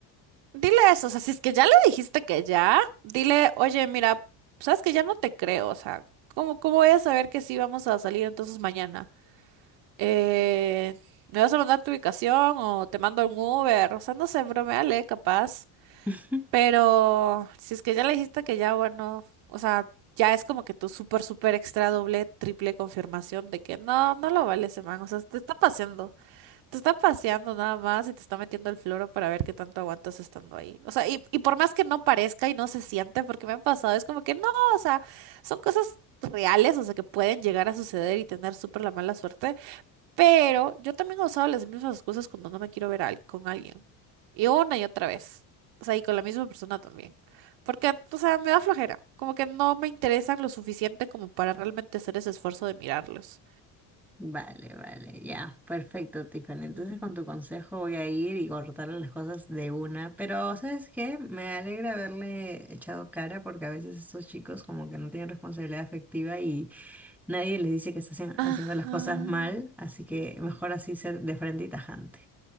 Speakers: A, on the right (about 70°); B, in the centre.
A: Dile eso, o sea, si es que ya le dijiste que ya, dile, oye, mira, sabes que ya no te creo, o sea, ¿cómo, cómo voy a saber que sí vamos a salir entonces mañana? Eh, ¿me vas a mandar tu ubicación o te mando un Uber? O sea, no sé, broméale, capaz.
B: <laughs>
A: Pero si es que ya le dijiste que ya, bueno, o sea, ya es como que tu súper, súper extra doble, triple confirmación de que no, no lo vale ese man, o sea, te está paseando. Te está paseando nada más y te está metiendo el floro para ver qué tanto aguantas estando ahí. O sea, y, y por más que no parezca y no se siente, porque me han pasado, es como que no, o sea, son cosas reales, o sea, que pueden llegar a suceder y tener súper la mala suerte. Pero yo también he usado las mismas excusas cuando no me quiero ver al- con alguien. Y una y otra vez. O sea, y con la misma persona también. Porque, o sea, me da flojera. Como que no me interesan lo suficiente como para realmente hacer ese esfuerzo de mirarlos.
B: Vale, vale, ya, perfecto, Tiffany. Entonces
A: Mm.
B: con tu consejo voy a ir y cortarle las cosas de una, pero ¿sabes qué? Me alegra haberle echado cara porque a veces estos chicos como que no tienen responsabilidad afectiva y nadie les dice que están
A: Ajá.
B: haciendo las cosas mal, así que mejor así ser de frente y tajante.